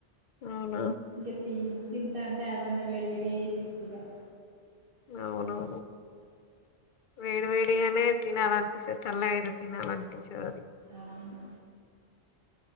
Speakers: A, on the left (about 60°); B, on the right (about 50°).
A: అవునా
B: ఇగా తియ్యి తింటాంటే అవన్నా వేడి వేడిగ చేసిస్తి ఇగా
A: అవునవును వేడి వేడిగానే తినాలనిపిసది సల్లగాయిన తినాలనిపించదు
B: అవును.